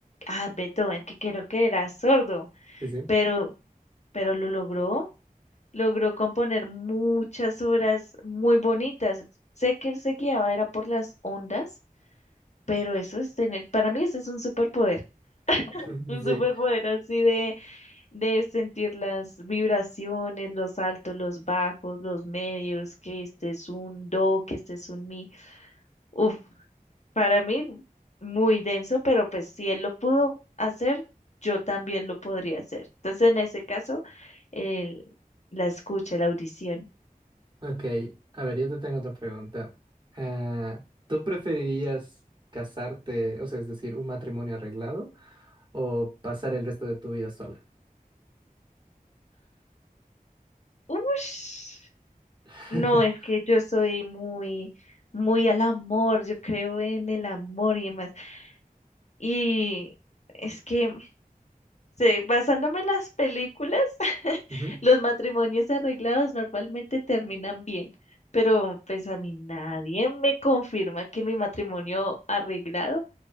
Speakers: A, on the left (about 50°); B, on the right (about 30°).
A: ah, Beethoven, que creo que era sordo,
B: Sí, sí.
A: pero, pero lo logró, logró componer muchas obras muy bonitas. Sé que él se guiaba, era por las ondas pero eso es tener, para mí eso es un superpoder,
B: <laughs>
A: un
B: Sí.
A: superpoder así de, de sentir las vibraciones, los altos, los bajos, los medios, que este es un do, que este es un mi. Uf, para mí muy denso, pero pues si él lo pudo hacer, yo también lo podría hacer. Entonces en ese caso, el- la escucha, la audición.
B: Ok, a ver, yo te tengo otra pregunta. Ah, ¿tú preferirías casarte, o sea, es decir, un matrimonio arreglado o pasar el resto de tu vida sola?
A: Ush,
B: <laughs>
A: no, es que yo soy muy, muy al amor, yo creo en el amor y demás. Y es que, sí, basándome en las películas, <laughs>
B: Ujú,
A: los matrimonios arreglados normalmente terminan bien, pero pues a mí nadie me confirma que mi matrimonio arreglado